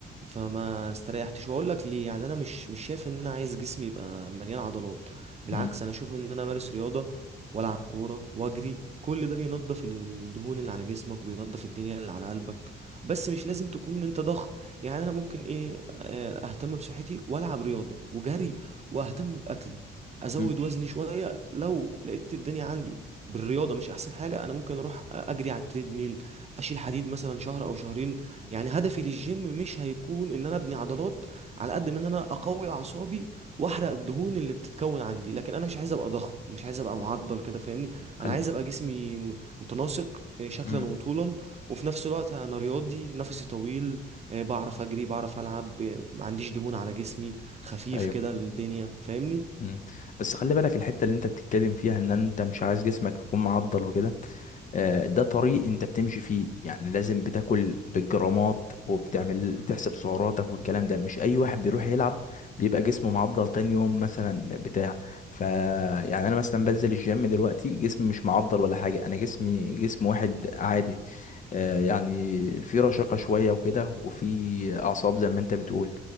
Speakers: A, on the right (about 35°); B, on the left (about 40°).
A: فما استريحتش واقول لك ليه يعني انا مش مش شايف ان انا عايز جسمي يبقى مليان عضلات بالعكس
B: مم.
A: انا اشوف ان انا امارس رياضه والعب كوره واجري كل ده بينظف الدهون اللي على جسمك وبينظف الدنيا اللي على قلبك بس مش لازم تكون انت ضخم يعني انا ممكن ايه آه، اهتم بصحتي والعب رياضه وجري واهتم باكلي ازود
B: مم.
A: وزني شويه لو لقيت الدنيا عندي بالرياضه مش احسن حاجه انا ممكن اروح اجري على التريد ميل اشيل حديد مثلا شهر او شهرين يعني هدفي للجيم مش هيكون ان انا ابني عضلات على قد ما ان انا اقوي اعصابي واحرق الدهون اللي بتتكون عندي لكن انا مش عايز ابقى ضخم ومش عايز ابقى
B: مم.
A: معضل كده فاهمني انا
B: خل...
A: عايز ابقى جسمي م- متناسق آه، شكلا
B: مم.
A: وطولا وفي نفس الوقت انا رياضي نفسي طويل آه، بعرف اجري بعرف العب آه، ما عنديش دهون على جسمي خفيف
B: ايوه
A: كده الدنيا فاهمني
B: مم. بس خلي بالك الحتة اللي انت بتتكلم فيها ان انت مش عايز جسمك يكون معضل وكده آه، ده طريق انت بتمشي فيه يعني لازم بتاكل بالجرامات وبتعمل بتحسب سعراتك والكلام ده مش اي واحد بيروح يلعب بيبقى جسمه معضل تاني يوم مثلا بتاع ف يعني انا مثلا بنزل الجيم دلوقتي جسمي مش معضل ولا حاجة انا جسمي جسم واحد عادي آه، يعني في رشاقة شوية وكده وفي اعصاب زي ما انت بتقول